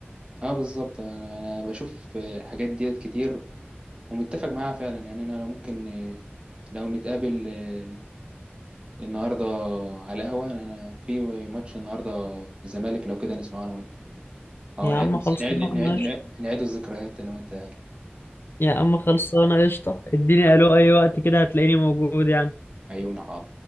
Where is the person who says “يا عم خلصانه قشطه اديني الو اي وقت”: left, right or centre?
Left